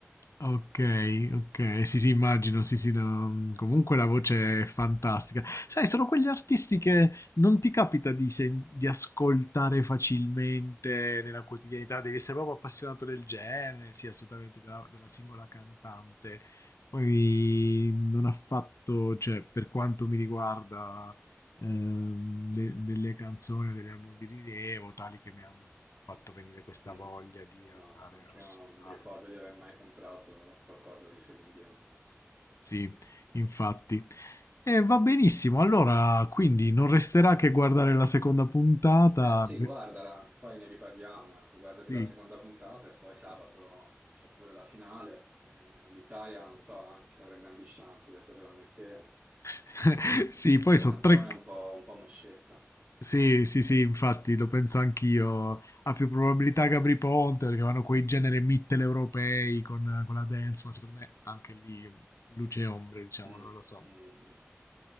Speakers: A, on the left; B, on the right.
A: Ok, ok, sì, sì, immagino, sì, sì, no, comunque la voce è fantastica. Sai, sono quegli artisti che non ti capita di, sen- di ascoltare facilmente nella quotidianità, devi essere proprio appassionato del genere, sì, assolutamente, della, della singola cantante. Poi non ha fatto, cioè, per quanto mi riguarda, ehm, de- delle canzoni o degli album di rilievo, tali che mi hanno fatto venire questa
B: Mm.
A: voglia di
B: No,
A: andare
B: anche
A: a
B: io
A: sondare
B: non ricordo di aver mai comprato qualcosa di Celine Dion, ecco.
A: Sì, infatti. E va benissimo, allora quindi non resterà che guardare la seconda puntata.
B: Eh sì,
A: Beh,
B: guardala, poi ne riparliamo, ecco, guardati
A: Sì,
B: la seconda puntata e poi sabato c'è pure la finale. Eh, l'Italia, non so eh, se avrà grandi chance, ho detto tra me e te.
A: <laughs> sì, poi
B: La
A: sono
B: canzone
A: tre...
B: è un po', un po' moscetta.
A: Sì, sì, sì, infatti lo penso anch'io. Ha più probabilità Gabri Ponte perché vanno quei generi mitteleuropei con, con la dance, ma secondo me anche lì luce e ombre, diciamo,
B: Mm,
A: non lo so.
B: mm, mm.